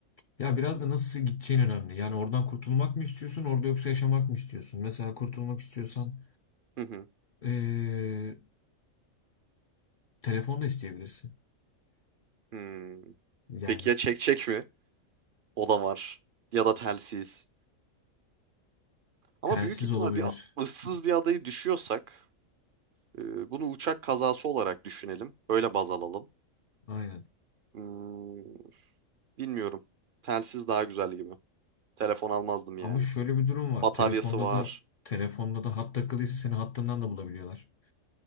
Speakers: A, on the left; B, on the right.
A: Ya biraz da nasıl gideceğin önemli. Yani oradan kurtulmak mı istiyorsun, orada yoksa yaşamak mı istiyorsun? Mesela kurtulmak istiyorsan
B: Hı hı.
A: eee, telefon da isteyebilirsin.
B: Hmm.
A: Yani
B: Peki ya çek çek mi? O da var. Ya da telsiz. Ama
A: telsiz
B: büyük ihtimal
A: olabilir.
B: bir ıssız bir adayı düşüyorsak e, bunu uçak kazası olarak düşünelim. Öyle baz alalım.
A: Aynen.
B: Hmm, bilmiyorum. Telsiz daha güzel gibi. Telefon almazdım
A: Ama
B: yani.
A: şöyle bir durum var.
B: Bataryası
A: Telefonda
B: var.
A: da telefonda da hat takılıysa seni hattından da bulabiliyorlar.